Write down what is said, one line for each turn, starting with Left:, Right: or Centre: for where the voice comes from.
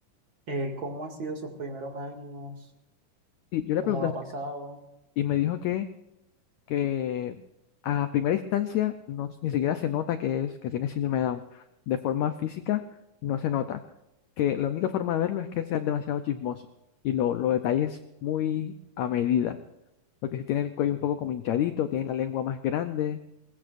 Right: eh, ¿cómo ha sido sus primeros años?
Left: Y yo
Right: ¿Cómo
Left: le pregunté
Right: lo ha pasado?
Left: y me dijo que que a primera instancia no, ni siquiera se nota que, es, que tiene síndrome de Down. De forma física no se nota. Que la única forma de verlo es que seas demasiado chismoso y lo, lo detalles muy a medida. Porque si tiene el cuello un poco como hinchadito, tiene la lengua más grande,